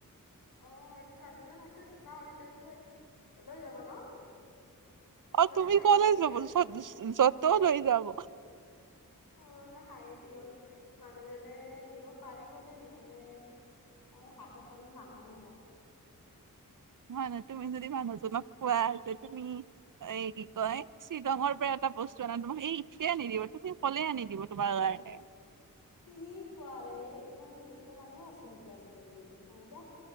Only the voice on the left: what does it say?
অ, এইটো মানুহজন আছে চুপা কৰিছে এইটো লৈ যাব ন? মই
মানে
হাঁহি
উঠি
কৰণা হাঁহি উঠি গল মানুহজনে নিব পাৰিবনে নোৱাৰে? অ, হাত এখনো ভাঙা ন?
কি কোৱাৰে ইমান এনেকুৱা মানুহ আছে নেকি আজিকালি নাই যা।